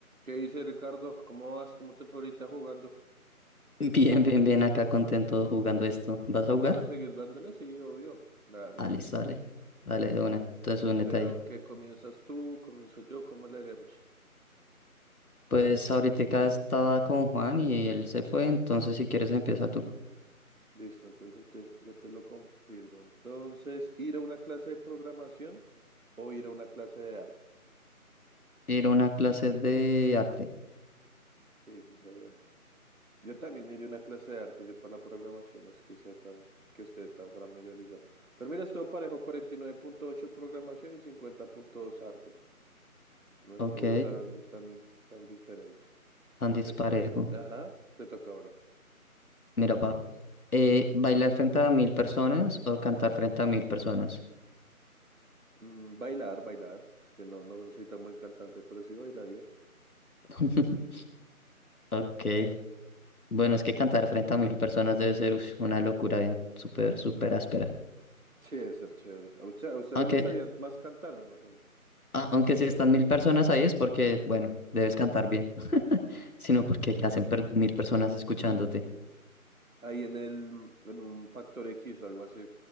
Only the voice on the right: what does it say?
¿Qué dice Ricardo? ¿Cómo vas? ¿Cómo te fue ahorita jugando?
¿Vamos
a seguir dándole? Sí, obvio. Claro.
Pero
¿qué comienzas tú? ¿Comienzo yo? ¿Cómo le haremos?
Listo, entonces yo te, yo te lo confirmo. Entonces, ¿ir a una clase de programación o ir a una clase de arte?
Sí, sí, sabía. Yo también iré a una clase de arte. Yo para la programación no es que sea tan, que esté tan familiarizado. Pero mira, estuvo parejo Cuarenta y nueve punto ocho programación y cincuenta punto dos arte. No estuvo
tan, tan, tan diferente.
Te- ajá, te toca oro.
Mm, bailar, bailar. Es que no, no soy tan buen cantante, pero sí bailaría.
Sí, debe ser chévere. A usted, a usted
le gustaría más cantar, me imagino.
Ahí en el, en un Factor X o algo así,